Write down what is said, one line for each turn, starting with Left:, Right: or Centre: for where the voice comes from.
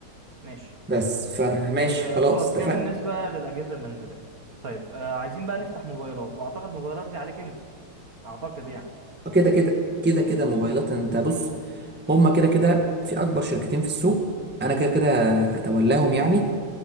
Right: ماشي
Centre: بس فماشي
Right: وخلاص
Centre: خلاص اتفقنا
Right: كده بالنسبه للاجهزه المنزليه طيب آه عايزين بقى نفتح موبايلات واعتقد موبايلات دي عليك انت اعتقد يعني
Centre: كده كده كده كده موبايلات انت بص هما كده كده في اكبر شركتين في السوق انا
Right: امم
Centre: كده كده هتولاهم يعني